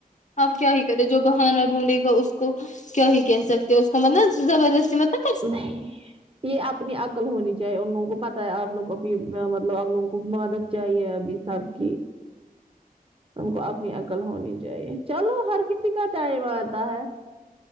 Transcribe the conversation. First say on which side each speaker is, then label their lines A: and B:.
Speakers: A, on the left (about 55°); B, on the right (about 40°).
A: آپ کیا ہی کرے جو بہانہ ڈھونڈے گا اس کو کیا ہی کہہ سکتے اس کو مطلب زبردستی مطلب
B: نہیں یہ اپنی عقل ہونی چاہیے ان لوگوں کو پتہ ہے آپ لوگ کو ا مطلب آپ لوگوں کو مدد چاہیے ابھی سب کی ہم کو اپنی عقل ہونی چاہیے چلو ہر کسی کا ٹائم آتا ہے